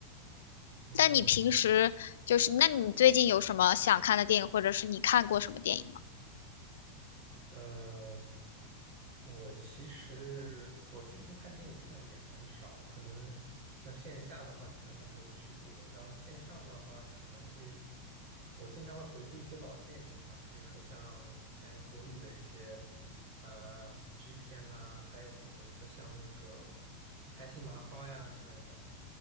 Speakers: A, on the right (about 50°); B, on the left (about 90°).
A: 嗯。
B: 那你平时就是，那你最近有什么想看的电影，或者是你看过什么电影吗？
A: 呃，我其实我最近看电影看的也很少，可能像线下的话基本上没有去过，然后线上的话可能会，我经常会回顾一些老电影吧，比如说像以前国语的一些呃喜剧片呐、还有比如说像那个开心麻花呀之类的。